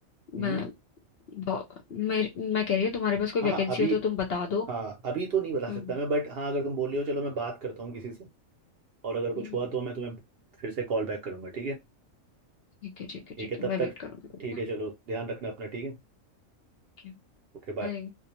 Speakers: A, on the right (about 55°); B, on the left (about 60°).
A: हम्म
B: मैं बहु- मैं मैं कह रही हूँ तुम्हारे पास कोई वैकेंसी
A: हाँ हाँ, अभी
B: हो तो तुम बता दो
A: हाँ अभी तो नहीं बता
B: हम्म
A: सकता मैं बट हाँ अगर तुम बोल रहे हो चलो मैं बात करता हूँ किसी से और अगर कुछ
B: हम्म,
A: हुआ तो मैं तुम्हें फिर से कॉल बैक करूंगा ठीक है
B: ठीक है ठीक है
A: ठीक
B: ठीक
A: है
B: है
A: तब
B: मैं
A: तक
B: वेट करूंगी
A: ठीक है चलो ध्यान रखना अपना ठीक है
B: ओके
A: Okay bye
B: बाय।